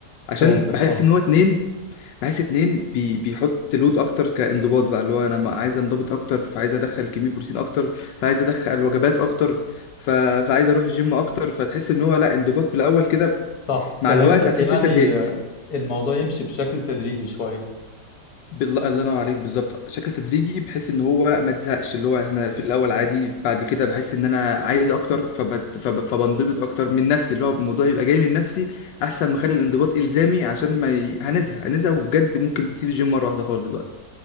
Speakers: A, on the left; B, on the left.
A: عشان
B: فهمتك
A: بحس
B: اه
A: ان هو 2 بحس 2 بي بيحط لود اكتر كانضباط بقى اللي هو انا ما- عايز انضبط اكتر فعايز ادخل كمية بروتين اكتر فعايز ادخل وجبات اكتر ف... فعايز اروح الجيم اكتر فتحس ان هو لا انضباط بالاول كده
B: صح
A: مع
B: فهمتك
A: الوقت هتحس
B: يعني
A: ان انت زهقت
B: آه، الموضوع يمشي بشكل تدريجي شوية
A: بالله الله ينور عليك بالظبط شكل تدريجي بحيث ان هو ما تزهقش اللي هو احنا في الاول عادي بعد كده بحس ان انا عايز اكتر فبت فب فبنضبط اكتر من نفسي اللي هو الموضوع يبقى جاي من نفسي احسن ما اخلي الانضباط الزامي عشان ما ي... هنزهق هنزهق وبجد ممكن تسيب الجيم مره واحده خالص بقى